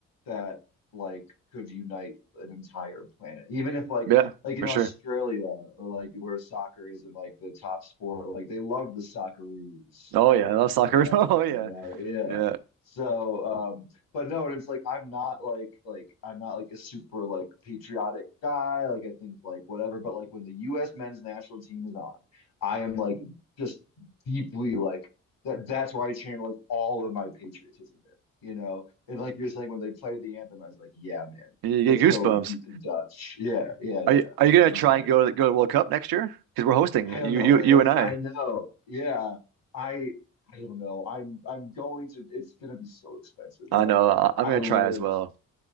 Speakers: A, on the left; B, on the right.
A: that like could unite an entire planet. Even if like
B: Yeah,
A: like in
B: for
A: Australia
B: sure.
A: or like where soccer isn't like the top sport, like they love the Socceroos,
B: Oh
A: I
B: yeah, I love
A: uh,
B: soccer.
A: imagine,
B: <laughs> Oh yeah.
A: you know? Yeah.
B: Yeah.
A: So um, but no, and it's like I'm not like like I'm not like a super like patriotic guy. Like I think like whatever, but like when the U.S. men's national team is on, I am like just deeply like that. That's why I channel like all of my patriotism in, you know. And like you're saying, when they played the anthem, I was like, yeah, man,
B: You get
A: let's
B: goosebumps.
A: go beat the Dutch. Yeah, yeah, yeah,
B: Are you, are you gonna
A: exactly.
B: try and go to go to World Cup next year? Because we're hosting
A: I don't
B: you
A: know,
B: you
A: man.
B: you and I.
A: I know. Yeah, I I don't know. I'm I'm going to. It's gonna be so expensive,
B: I
A: and like.
B: know. I, I'm
A: I
B: gonna
A: live
B: try as well.